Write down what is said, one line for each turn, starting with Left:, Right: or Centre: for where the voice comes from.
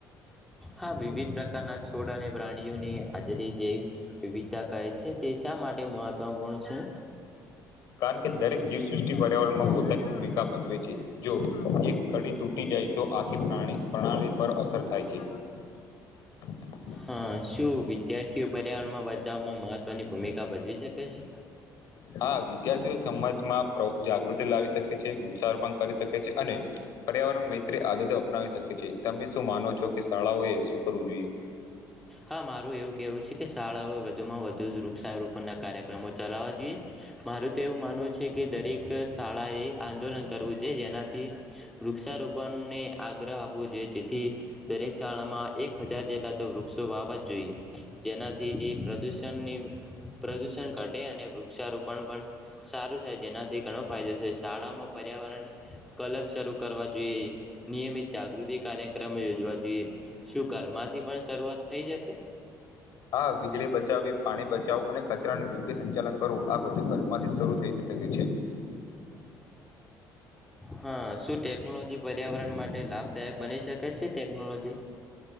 Centre: હા વિવિધ પ્રકારના છોડ અને પ્રાણીઓની હાજરી જે વિવિધતા કહે છે, તે શા માટે મહત્વપૂર્ણ છે?
Left: કારણકે દરેક જીવસૃષ્ટિ પર્યાવરણ માં પોતાની ભૂમિકા ભજવે છે જો એક કડી તૂટી જાય તો આખી પ્રાણી પ્રણાલી પર અસર થાય છે
Centre: હા શું બી વિદ્યાર્થીઓ પર્યાવરણમાં બચાવમાં મહત્વ તોની ભૂમિકા ભજવી શકે છે
Left: હા વિદ્યાર્થીઓ સમાજમાં જાગૃતિ લાવી શકે છે વૃક્ષારોપણ કરી શકે છે અને પર્યાવરણ મૈત્રી આદતો અપનાવી શકે છે તમે શું માનો છો કે શાળાઓ એ શું કરવું જોઈએ
Centre: હા મારું એવું કેહેવું છે કે શાળાઓ વધુમાં વધુ વૃક્ષારોપણ ના કાર્યક્રમો ચલાવા જોઈએ મારું તો એવું માનવું છે કે દરેક શાળા એ આંદોલન કરવું જોઈએ જેનાથી વૃક્ષારોપણને આગહ આપવુ જોયે જેથી દરેક શાળામાં એક હજાર જેટલા સો વાવા જ જોઈએ. જેનાથી જે પ્રદૂષ પણ ની પ્રદુષણ ઘટે અને વૃક્ષારોપણ પણ સારું થાય જેનાથી ઘણો ફાયદો છે શાળામાં પર્યાવરણ કલબ શરૂ કરવા જોઈએ નિયમિત જાગૃતિ કાર્યક્રમ યોજવા જોઈએ શું કરમાંથી પણ શરૂઆત થઈ જશે
Left: હા વીજળી બચાવવી પાણી બચાવો અને કચરા નું યોગ્ય સંચાલન કરવું આ બધું ઘર માંથી શરૂ થઈ શ શકે છે.
Centre: હા શું ટેકનોલોજી પર્યાવરણ માટે લાભદાયક બની શકે છે ટેકનોલોજી